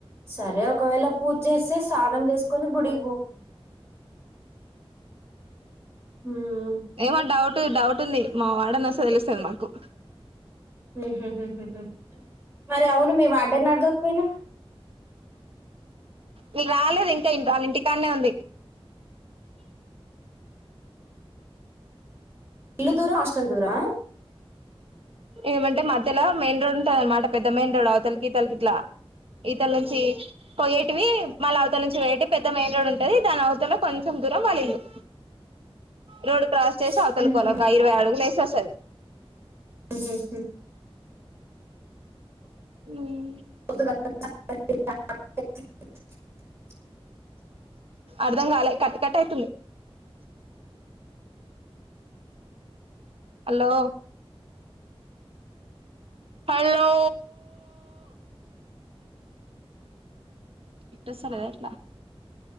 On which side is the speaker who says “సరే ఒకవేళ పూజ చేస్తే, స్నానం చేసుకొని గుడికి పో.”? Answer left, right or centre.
Right